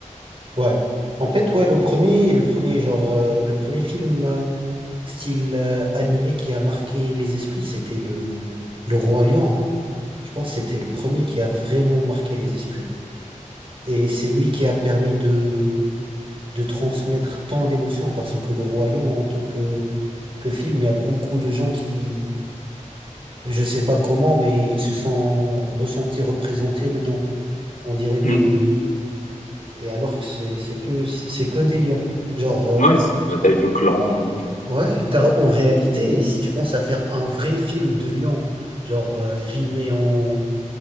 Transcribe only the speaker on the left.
Mm.
Ouais, c'est une bataille de clans. euh.